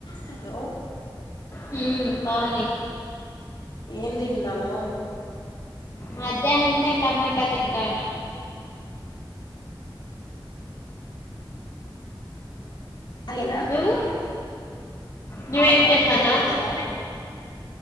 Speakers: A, on the left (about 60°); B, on the left (about 40°).
A: Hello
B: హు పావని
A: ఏం తింటానవ్
B: మధ్యాహ్నందే టమాటా తింటాన
A: అదేనా
B: నువ్వు? నువ్వేం
A: ఆ క్యారినె
B: చేస్తన్నావు?
A: తింటనవ